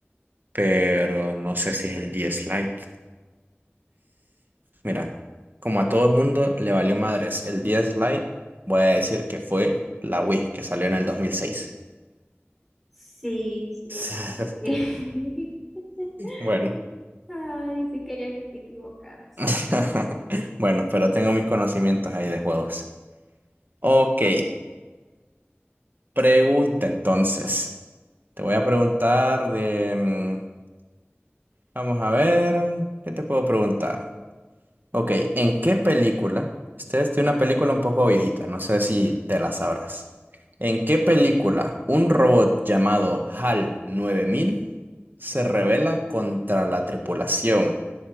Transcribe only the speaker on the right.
pero no sé si es el 10 Lite. Mira, como a todo el mundo le valió madres el 10 Lite, voy a decir que fue la Wii que salió en el 2006.
<laughs>
Bueno,
<laughs> bueno, pero tengo mis conocimientos ahí de juegos. Ok, pregunta entonces. Te voy a preguntar de... mm, Vamos a ver, ¿qué te puedo preguntar? Ok, ¿en qué película? Esta es de una película un poco viejita, no sé si te la sabrás. ¿En qué película un robot llamado HAL nueve mil se rebela contra la tripulación?